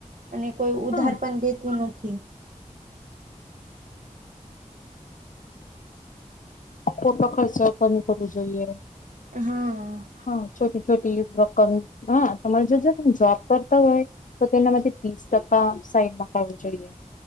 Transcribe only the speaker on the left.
હા
ખોટો ખર્ચ કમી કરવો જોઈએ.
હા છોટી છોટી રકમ હા તમે જો જો ત જોબ કરતા હોય તો તેના માટે ત્રીસ ટકા સાઈડમાં કરવું જોઈએ.